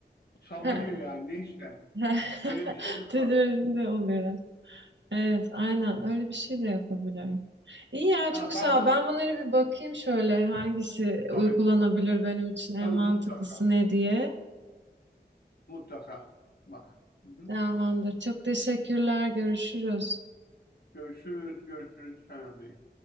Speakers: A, on the left; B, on the right.
A: Sallanıyor
B: <laughs>
A: yani.
B: He,
A: Neyse.
B: he. <laughs>
A: Öyle bir şey de ko-
B: Tedavirinde oluyor Evet, aynen öyle bir şey de yapabilirim. İyi ya
A: ya
B: çok sağ
A: bazen
B: ol. Ben bunlara bir bakayım şöyle hangisi
A: Tabii
B: uygulanabilir
A: ki.
B: benim için en
A: Tabii
B: mantıklısı
A: mutlaka.
B: ne diye.
A: Mut- Mutlaka. Bak. Hı hı.
B: Tamamdır. Çok teşekkürler. Görüşürüz.
A: Görüşürüz. Görüşürüz. Hiç önemli değil.